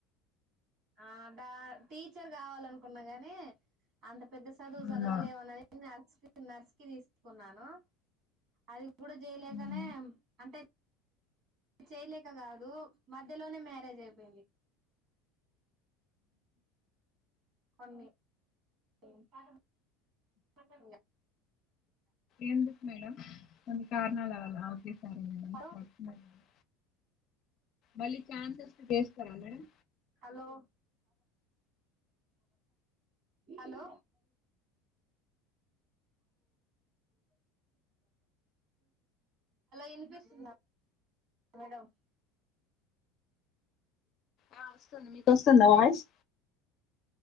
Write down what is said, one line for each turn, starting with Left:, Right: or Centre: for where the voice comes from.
Right: ఆ డా టీచర్ కావాలనుకున్నా కానీ అంత పెద్ద చదువు
Left: అవునా
Right: చదవలేను అని <unintelligible> నర్స్కి తీసుకున్నాను అది కూడా చేయలేకనే
Left: ఉమ్.
Right: అంటే చేయలేక కాదు మధ్యలోనే మ్యారేజ్ అయిపోయింది కొన్ని <unintelligible>
Left: ఎందుకు మేడం కొన్ని కారణాలు అలా <unintelligible>
Right: హలో
Left: మళ్ళీ చాన్స్ వస్తే చేస్తారా మేడం
Right: హలో హలో వినిపిస్తుందా మేడం
Left: ఆ వస్తుంది మీకు వస్తుంది voice